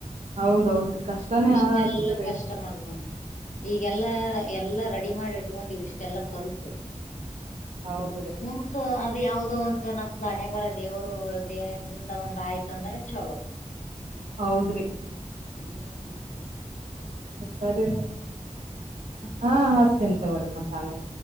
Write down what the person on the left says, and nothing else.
ಇಷ್ಟೆಲ್ಲಾ
ಕಷ್ಟ ಮಾಡ್ಕೊಂಡ್ ಈಗೆಲ್ಲಾ ಎಲ್ಲಾ ರೆಡಿ ಮಾಡಿ ಇಟ್ಕೊಂಡವವಿ ಇಷ್ಟೆಲ್ಲಾ ಕಲ್ತು
ನಮ್ದು ಅದು ಯಾವ್ದೋ ಒಂದು ನಮ್ದು ಹಣೆಬಹರ ದೇವರು ಇದ್ರಂದ ಒಂದ್ ಆಯ್ತ ಅಂದ್ರೆ ಚಲೋ
ಹ್ಮ ಹ್ಮ